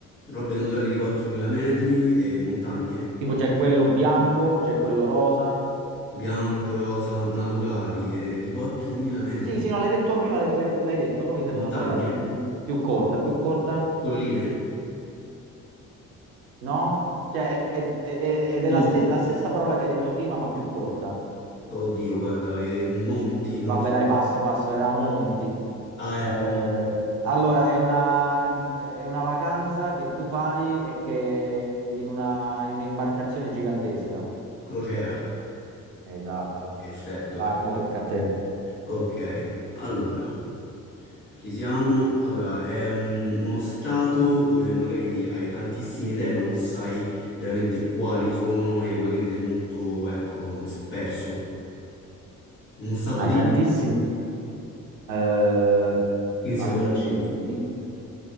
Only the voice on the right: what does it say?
Tipo c'è quello bianco, c'è quello rosa.
Sì, sì, no, l'hai detto prima, l'hai l'hai- l'hai detto, però mi serve
una parola di- mh, più corta, più corta,
no? Cioè, è, è- è- è della
ste- la stessa parola che hai detto prima, ma più corta.
Vabbè,
dai, passo passo, era a Monti.
Eh,
allora, è una, è una vacanza che tu fai e che in una, in un'imbarcazione gigantesca.
Esatto.
Vai, mo tocca a te.
Hai
tantissimi... eh,
an-
i-